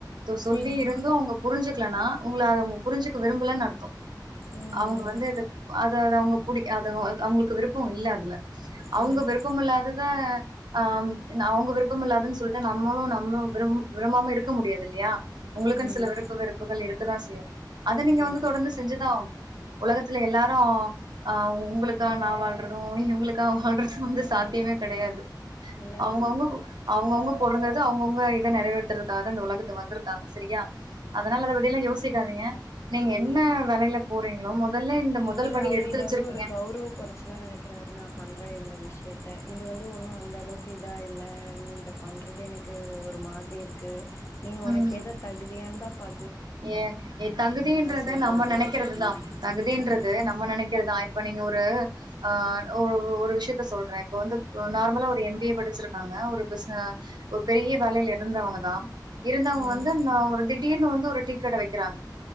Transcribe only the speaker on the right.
தோ சொல்லி
இருந்து அவங்க புரிஞ்சுக்கலனா உங்கள அவங்க புரிஞ்சுக்க விரும்பலனு அர்த்தோ
அவங்க வந்து இது அதாது அவங்க புடிக் அது அவங்களுக்கு விருப்போ இல்ல அதுல
அவுங்க விருப்பமில்லாதத அம் அவங்க விருப்பம் இல்லாதுன்னு சொல்ட்டு நம்மளு நம்ம விரும் விரும்பாம இருக்க முடியாது இல்லையா உங்ளுக்குன்னு
சில விருப்பு வெறுப்புகள் இருக்குதா செய்யு அத நீங்க
வந்து தொடந்து செஞ்சுதா ஆகனோ த்துல எல்லாரோ ஆ உங்களுக்கா நா வாழ்றது இவங்களுக்கா வாழ்றது வந்து சாத்தியமே கெடையாது
ஆவுங்கவுங்க அவுங்கவுங்க பொறந்தது அவுங்கவுங்க இத நறைவேறுத்துறதுக்காத இந்த உலகத்து வந்திருக்காங்க சரியா அதனால அத பத்தி எல்லா யோசிக்காதீங்க நீங்க என்ன வேலையில போறீங்ளோ மொதல்ல முதல்
படி
எடுத்து
வச்சிருக்கீங்க
ம்
ஏ ஏ தகுதின்றது
நம்ம நனைக்கிறதுதா தகுதின்றது
நம் நம்ம நனைக்கிறதா இப்ப நீங்க ஒரு ஆ ஒரு ஒரு விஷயத்த சொல்ற இப்ப வந்து நார்மலா ஒரு எம் பி ஏ படிச்சிருக்காங்க ஒரு பிச ஒரு பெரிய வேலையில இருந்தவங்க தா இருந்தவங்க
வந்து நா ஒரு திடீர்னு வந்து ஒரு டீ கட வைக்கிறாங்க